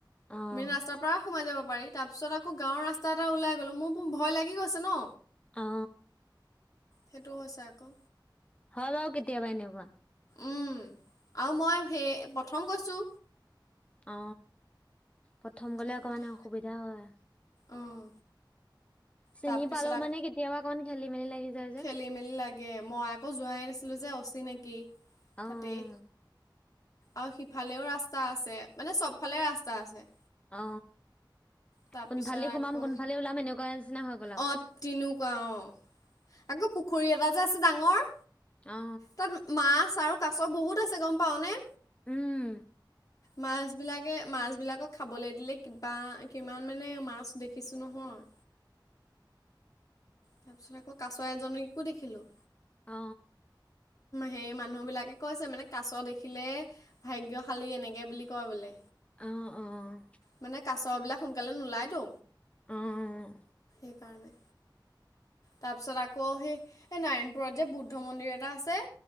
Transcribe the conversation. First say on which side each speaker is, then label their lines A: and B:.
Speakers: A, on the left; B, on the left.
A: অ',
B: মেইন ৰাস্তাৰ পৰা সোমাই যাব পাৰি, তাৰ পিছত আকৌ গাঁৱৰ ৰাস্তা এটা ওলাই গ'লো। মোৰ ভয় লাগি গৈছে ন।
A: অ।
B: সেইটোও হৈছে আকৌ।
A: হয় বাৰু কেতিয়াবা, এনেকোৱা।
B: উম, আৰু মই সেই প্ৰথম কৈছো।
A: অ, প্ৰথম
B: সেইটো
A: গ'লে অকণমান
B: কথা।
A: অসুবিধা হয়।
B: অঁ,
A: চিনি
B: তাৰপিছত
A: পালোও মানে কেতিয়াবা অকণমান খেলি মেলি লাগি যায় যে।
B: মেলি-মেলি লাগে। মই আকৌ যোৱাই নাছিলোঁ যে, অছিনাকি
A: অ',
B: তাতেই। আৰু সিফালেও ৰাস্তা আছে। মানে চবফালে ৰাস্তা আছে।
A: অ,
B: তাৰপিছত
A: কোনফালে সোমাম।
B: আকৌ
A: কোনফালে ওলাম এনেকুৱা। নিচিনা হৈ গ'ল আৰু
B: অ, তেতিনেকুৱা অ, আকৌ পুখুৰী এটা যে আছে ডাঙৰ।
A: অ।
B: তাত মাছ আৰু কাছ বহুত আছে গম পাও নে?
A: উম।
B: মাছবিলাকে - মাছবিলাকক খাবলৈ দিলে কিবা কিমান মানে মাছ দেখিছো নহয়। তাৰপিছত আকৌ কাছ এজনীকো দেখিলোঁ।
A: অ।
B: সেই মানুহবিলাকে কৈছে মানে কাছ দেখিলে, ভাগ্যশালী এনেকে বুলি কয় বোলে।
A: অ', অ',
B: মানে কাছ বিলাক সোনকালে নোলায়টো।
A: অঁ'।
B: সেই কাৰণে। তাপিছত আকৌ সেই এই নাৰায়ণপুৰত যে বৌদ্ধ মন্দিৰ এটা আছে।